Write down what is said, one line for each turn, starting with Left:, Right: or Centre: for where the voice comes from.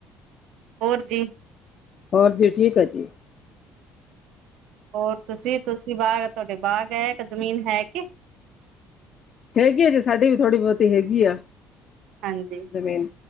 Right: ਹੋਰ ਜੀ?
Left: ਹੋਰ ਜੀ, ਠੀਕ ਹੋ ਜੀ?
Right: ਹੋਰ ਤੂਸੀ, ਤੂਸੀ ਬਾਗ, ਤੂਆਡੇ ਬਾਗ ਐ, ਜ਼ਮੀਨ ਹੈ ਕੇ?
Left: ਹੈਗੀ ਆ ਜੀ ਸਾਡੀ ਵੀ ਥੋੜੀ ਬੋਤੀ ਹੈਗੀ ਆ।
Right: ਹਾਂਜੀ।
Left: ਜਮੀਨ